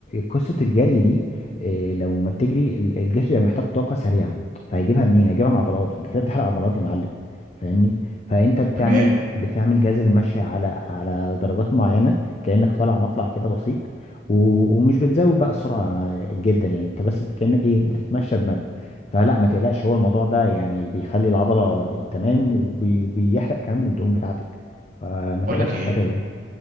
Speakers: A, on the left; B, on the right.
A: قصة الجري دي اه، لو ما بتجري ال- الجسم بيبقى محتاج طاقة سريعة فهيجيبها منين؟ هيجيبها من العضلات فانت كده بتحرق عضلات يا معلم فاهمني؟ فانت بتعمل
B: تمام
A: بتعمل جهاز المشي على على درجات معينة كأنك طالع مطلع كده بسيط و- ومش بتزود بقى السرعة جدا يعني انت بس كأنك ايه بتتمشى بمد فلا ما تقلقش هو الموضوع ده يعني بيخلي العضلة تمام وبيحرق كمان من الدهون بتاعتك فما
B: بقول
A: تقلقش
B: لك ايه
A: من الحتة دي